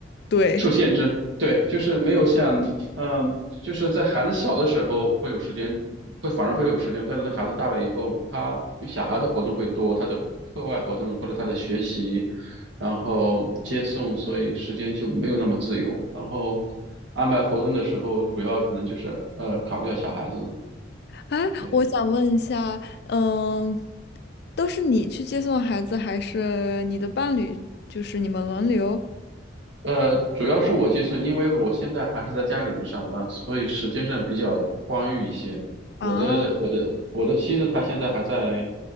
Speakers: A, on the left (about 60°); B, on the right (about 70°).
A: 对。
B: 受限制，对，就是没有像，嗯、就是在孩子小的时候会有时间，会反而会有时间，但是在孩子大了以后，他小孩的活动会多，他的课外活动或者他的学习，然后接送，所以时间就没有那么自由。然后安排活动的时候，主要可能就是呃考虑到小孩子，
A: 哎，
B: 对。
A: 我想问一下，嗯，都是你去接送孩子，还是你的伴侣？就是你们轮流？
B: 呃，主要是我接送，因为我现在还是在家里面上班，所以时间上比较宽裕一些。
A: 啊，
B: 我的我的我的妻子她现在还在，